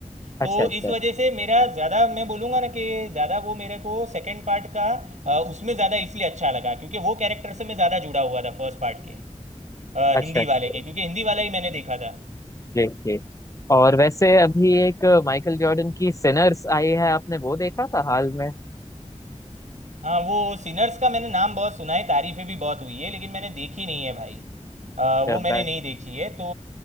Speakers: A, on the right (about 75°); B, on the left (about 25°).
A: तो
B: अच्छा अच्छा
A: इस वजह से मेरा ज़्यादा मैं बोलूँगा ना कि ज़्यादा वो मेरे को सेकंड पार्ट का अ, उसमें ज़्यादा इसलिए अच्छा लगा क्योंकि वो कैरेक्टर से मैं ज़्यादा जुड़ा हुआ था फर्स्ट पार्ट के अ,
B: अच्छा
A: हिंदी
B: अच्छा
A: वाले के क्योंकि हिंदी वाला ही मैंने देखा था
B: जी जी और वैसे अभी एक माइकल जॉर्डन की सिनर्स आई है आपने वो देखा था हाल में
A: हाँ वो सिनर्स का मैंने नाम बहुत सुना है तारीफें भी बहुत हुई है लेकिन मैंने देखी नहीं है भाई अ, वो मैंने
B: बैट
A: नहीं देखी है तो